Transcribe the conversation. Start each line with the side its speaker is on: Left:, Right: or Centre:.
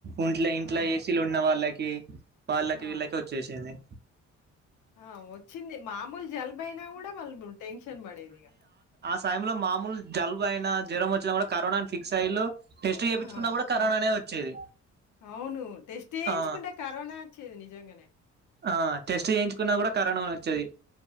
Right: ఉంట్లే ఇంట్లో
Left: ఆ!
Right: ఏసీలు ఉన్న వాళ్ళకి వాళ్ళకి
Left: ఆ!
Right: వీళ్ళకి వచ్చేసేంది.
Left: ఆ వచ్చింది మాముల్ జలుబయినా గుడా వాళ్ళు <unintelligible> టెన్షన్ పడేది ఇగ
Right: టైంలో మామూల్ జలుబయినా జ్వరం వచ్చినా కూడా కరోనాని ఫిక్స్ అయిళ్లు టెస్ట్ చేపించుకున్న
Left: ఆ!
Right: కూడా కరోనానే వచ్చేది.
Left: అవును టెస్ట్ చేయించుకుంటే
Right: ఆ
Left: కరోనా వచ్చేది నిజంగనే
Right: ఆ టెస్ట్ చేయించుకున్నా కూడా కరోనానే వచ్చేది